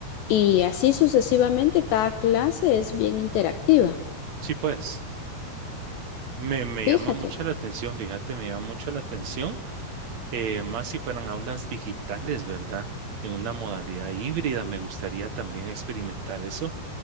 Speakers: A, on the left (about 75°); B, on the right (about 65°).
A: y así sucesivamente cada clase es bien interactiva.
B: sí, pues. Me, me
A: Fíjate,
B: llama mucho la atención, fíjate, me llama mucho la atención. Eh, más si fueran aulas digitales, ¿verdad? En una modalidad híbrida, me gustaría también experimentar eso